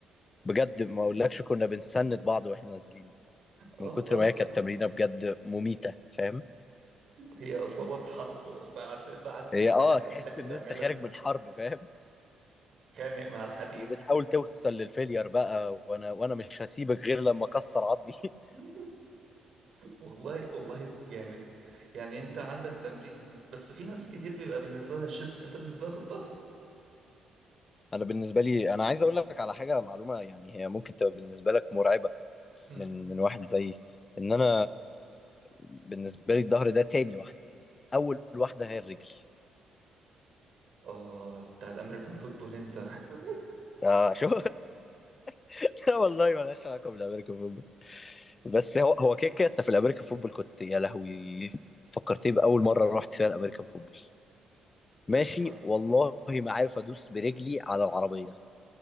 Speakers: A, on the left; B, on the right.
A: بجد ما اقولكش كنا بنسند بعض واحنا نازلين
B: اه
A: من كتر
B: اه
A: ما هي كانت تمرينه بجد مميته فاهم
B: هي اصابات حرب بعد بعد
A: هي
B: حاجة
A: اه
B: انت
A: تحس
B: بتحب
A: ان
B: تعملها
A: انت خارج من حرب فاهم
B: خانق مع الحديد
A: وبتحاول توصل للفيلير بقى وانا وانا مش هسيبك غير لما اكسر عظمي <laughs>
B: <laughs> والله والله جامد يعني انت عندك تمرين بس في ناس كتير بيبقى بالنسبة لها الشيست انت بالنسبة لك الظهر
A: انا بالنسبه لي انا عايز اقول لك على حاجه معلومه يعني هي ممكن تبقى بالنسبه لك مرعبه
B: مم.
A: من من واحد زيي ان انا بالنسبه لي الظهر ده تاني واحده اول واحده هي الرجل
B: اه بتاع الامريكان فوتبول انت <laughs>
A: اه شو <laughs> لا والله مالهاش علاقه بالامريكان فوتبول بس هو هو كده كده انت في الامريكان فوتبول كنت يا لهوي فكرتني باول مره رحت فيها الامريكان فوتبول
B: ايه
A: ماشي
B: اللي حصل
A: والله ما عارف ادوس برجلي على العربيه